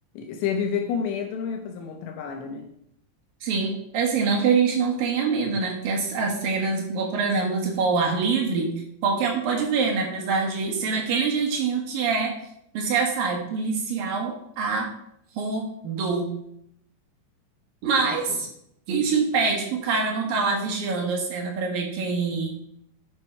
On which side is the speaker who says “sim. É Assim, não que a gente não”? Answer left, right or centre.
Right